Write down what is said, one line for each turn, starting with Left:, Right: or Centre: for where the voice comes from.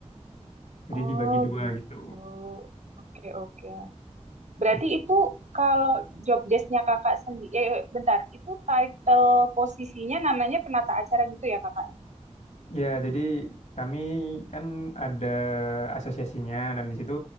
Left: Jadi
Right: Oh,
Left: dibagi dua
Right: gitu.
Left: gitu.
Right: Oke, oke. Berarti
Left: Nah,
Right: itu kalau job desk-nya kakak sendiri, eh bentar, itu title posisinya namanya penata acara gitu ya kakaknya?
Left: Ya, jadi kami kan ada asosiasinya dan di situ